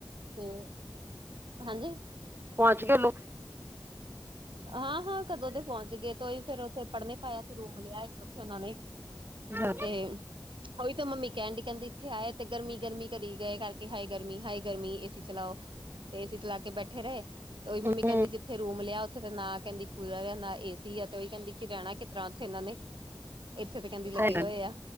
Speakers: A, on the right; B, on the right.
A: ਤੇ ਓ ਹਾਂਜੀ।
B: ਪਹੁੰਚ ਗਏ ਲੋਕ
A: ਹਾਂ-ਹਾਂ ਕਦੋਂ ਦੇ ਪਹੁੰਚ ਗਏ ਤੇ ਈ ਫਿਰ ਉੱਥੇ ਪੜ੍ਹਨੇ ਪਾਇਆ ਤੇ ਰੂਮ ਲਿਆ ਇੱਕ ਉੱਥੇ ਉਹਨਾਂ ਨੇ
B: ਹਾਂਜੀ
A: ਤੇ ਉਹੀ ਤਾਂ ਮੰਮੀ ਕੈਂਣ ਡੀ ਕੈਂਦੀ ਇੱਥੇ ਆਏ ਤੇ ਗਰਮੀ-ਗਰਮੀ ਕਰੀ ਗਏ ਕਰਕੇ ਹਾਏ ਗਰਮੀ ਹਾਏ ਗਰਮੀ ਏਸੀ ਚਲਾਓ। ਤੇ ਏਸੀ ਚਲਾ ਕੇ ਬੈਠੇ ਰਏ ਤੇ ਉਹੀ ਮੰਮੀ
B: ਹੂੰ
A: ਕੈਂਦੀ ਜਿੱਥੇ ਰੂਮ ਲਿਆ। ਤੇ ਨਾ ਕੈਂਦੀ ਕੂਲਰ ਆ ਨਾ ਏਸੀ ਆ ਤੇ ਉਹੀ ਕੈਂਦੀ ਕਿ ਰੈਣਾ ਕਿ ਤਰ੍ਹਾਂ ਉੱਥੇ ਇਹਨਾਂ ਨੇ ਇੱਥੇ ਤੇ ਕੈਂਦੀ ਲੱਗੇ
B: ਸਹੀ ਗੱਲ
A: ਹੋਏ ਆ